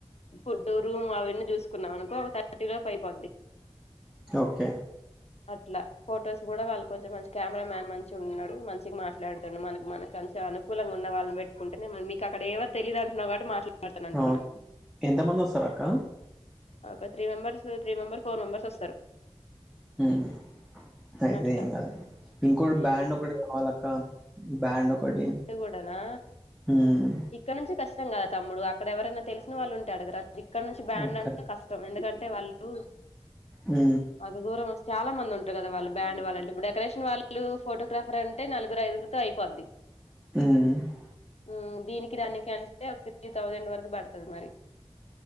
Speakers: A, on the left; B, in the centre.
A: ఫుడ్ రూమ్ అవన్నీ చూసుకున్నాం అనుకో థర్టీ లోపూ ఆయిపోద్ది
B: ఓకే
A: అట్ల ఫొటోస్ గుడా వాళ్ళు కొంచెం మంచి కెమెరా మ్యాన్ మంచిగున్నడు మంచిగ మాట్ ట్లాడ్తడు మనక్ మనక్ మంచిగ అనుకూలంగా ఉన్న వాళ్ళన్ పెట్టుకుంటేనే మరి మీక్ అక్కడ ఏవర్ తెలీద్ అంటున్నవ్ కాబట్టి మాట్ల తనంటున్న.
B: అవును. ఎంతమందొస్తారక్క?
A: ఒక three members three member four members వస్తరు.
B: మ్ అయితే
A: అట్లా
B: ఏం కాలే ఇంకోట్
A: ఉమ్
B: బ్యాండ్ ఒకటి కావాలక్క బ్యాండ్ ఒకటి
A: గుడనా
B: హ్మ్
A: ఇక్కడ్నుంచి కష్టం గదా తమ్ముడు అక్కడ ఎవరన్న తెలిసిన వాళ్లుంటే అడగరాద్ ఇక్కడ్నుంచి బ్యాండ్
B: ఎక్క
A: అంటే కష్ ష్టం ఎందుకంటే వాళ్ళు
B: మ్
A: అంత దూరం వస్ చాలా మంది ఉంటర్ గదా వాళ్ళు బ్యాండ్ వాళ్ళంటే ఇప్పుడు డెకరేషన్ వాళ్లు, పోటోగ్రాఫర్ అంటే నలుగురు ఐదుర్తో అయిపోద్ది
B: మ్
A: మ్ దీనికి దానికి అంటే ఒక ఫిఫ్టీ థౌజండ్ వరకు పడుతది మరి